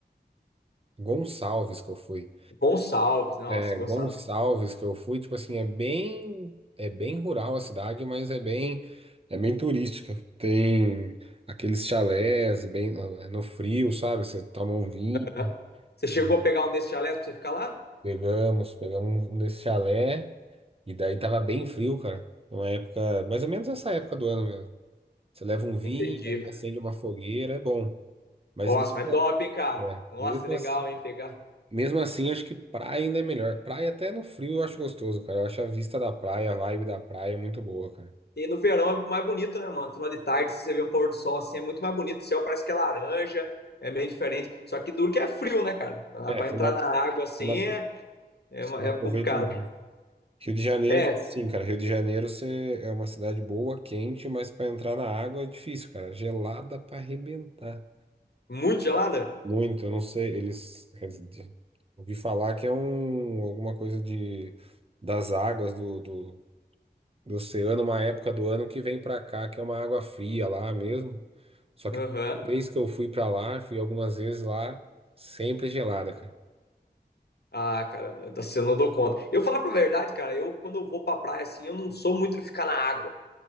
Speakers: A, on the right; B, on the left.
A: Gonçalves que eu fui.
B: Gonçalves, né? nossa,
A: É
B: Gonçalves.
A: Gonçalves que eu fui, tipo assim, é bem é bem rural a cidade, mas é bem é bem turística. Tem aqueles chalés bem no no frio, sabe? Você toma um vinho,
B: né? Você chegou
A: E
B: a pegar um desses chalés pra você ficar lá?
A: pegamos, pegamos um um desse chalé e daí tava bem frio, cara. Uma época, mais ou menos essa época do ano mesmo. Você leva um vinho,
B: Entendi.
A: aí acende uma fogueira, é bom. Mas
B: Nossa,
A: mesmo,
B: mas top,
A: assim,
B: hein, cara?
A: é,
B: Nossa,
A: mesmo
B: legal,
A: assim,
B: hein, pegar.
A: Mesmo assim, acho que praia ainda é melhor. Praia até no frio eu acho gostoso, cara. Eu acho a vista da praia, a vibe da praia é muito boa, cara.
B: E no verão é mais bonito, né, mano? Final de tarde, se você vê um pôr do sol assim, é muito mais bonito. O céu parece que é laranja, é meio diferente. Só que duro que é frio, né, cara?
A: É,
B: Pra
A: Você
B: entrar
A: não,
B: na água assim
A: você não apro-
B: é, é,
A: você não
B: é
A: aproveita
B: complicado.
A: o mar. Rio de Janeiro,
B: É,
A: sim, cara. Rio de Janeiro você é uma cidade boa, quente, mas para entrar na água é difícil, cara. Gelada para arrebentar.
B: muito gelada?
A: Muito, eu não sei. Eles, quer dizer, de- ouvi falar que é um, alguma coisa de, das águas do, do, do oceano, uma época do ano que vem para cá, que é uma água fria lá mesmo. Só que
B: Aham.
A: toda vez que eu fui pra lá, fui algumas vezes lá, sempre gelada, cara.
B: Ah, cara, você não dou conta. Eu falar pra verdade, cara, eu quando eu vou pra praia, assim, eu não sou muito de ficar na água.